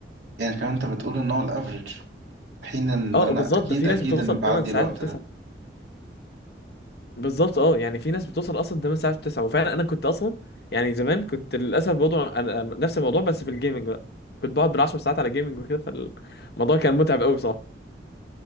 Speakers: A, on the right; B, on the left.
A: يعني كمان أنت بتقول إن هو الأفريج حين إن
B: اه
A: أنا
B: بالظبط
A: أكيد
B: ده في ناس
A: أكيد
B: بتوصل
A: إن بعدي
B: 8 ساعات
A: الوقت
B: و9
A: ده
B: بالظبط اه يعني في ناس بتوصل اصلا 8 ساعات و9 وفعلا انا كنت اصلا يعني زمان كنت للاسف برضه أنا- أنا نفس الموضوع بس في الجيمنج بقى كنت بقعد بال10 ساعات على جيمنج وكده فالموضوع كان متعب قوي بصراحه